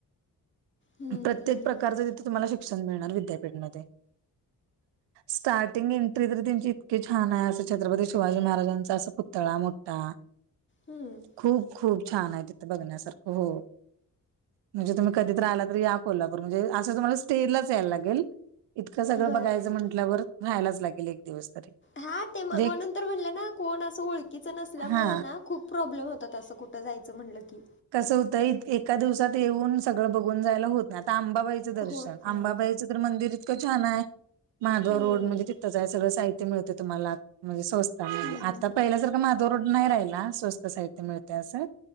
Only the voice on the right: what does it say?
प्रत्येक
प्रकारचं तिथं तुम्हाला शिक्षण मिळणार विद्यापीठमध्ये. स्टार्टिंग एंट्री तर त्येची इतकी छान हाय असं छत्रपती शिवाजी महाराजांचा असं पुतळा मोठा.
खूप, खूप छान हाय, तिथं बघण्यासारखं हो. म्हणजे तुम्ही कधी तर आला तर या कोल्हापूर, म्हणजे असं तुम्हाला स्टे लाच यायला लागेल. इतकं सगळं
बघायचं
म्हटल्यावर, राहायलाच लागेल एक दिवस तरी.
म्हणजे
हा
कसं होतंय एका दिवसात येऊन सगळं बघून जायला होत नाही, आता आंबाबाई दर्शन.
अंबाबाई च तर मंदिर इतकं छानाय. माधव
रोड म्हणजे तिथंचाय सगळं साहित्य मिळतं तुम्हाला. म्हणजे स्वस्त म्हणजे,
आता
पहिल्यासारख माधव रोड नाही राहिला. स्वस्त साहित्य मिळतय असं.